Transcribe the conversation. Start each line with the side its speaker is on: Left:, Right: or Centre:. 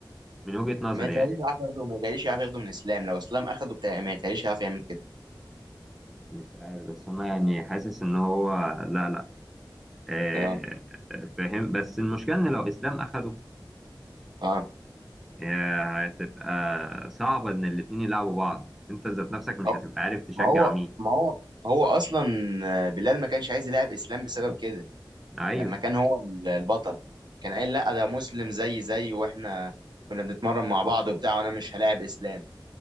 Centre: من وجهة نظري
Right: ما يتهيأليش
Centre: يعني
Right: يعرف ياخده ما يتهيأليش يعرف ياخده من اسلام لو اسلام اخده بتاع ما يتهيأليش يعرف يعمل كده
Centre: مش عارف بس انا يعني حاسس ان هو لا لا آه
Right: اه
Centre: آه، فاهم بس المشكله ان لو اسلام اخده
Right: اه
Centre: آه، هتبقى صعبه ان الاتنين يلعبوا بعض انت ذات نفسك مش
Right: أو-
Centre: هتبقى عارف تشجع
Right: ما هو
Centre: مين
Right: ما هو هو اصلا آه، بلال ما كانش عايز يلعب اسلام بسبب كده
Centre: ايوه
Right: لما كان هو ال- البطل كان قايل لا ده مسلم زي زي واحنا كنا بنتمرن مع بعض وبتاع وانا مش هلاعب اسلام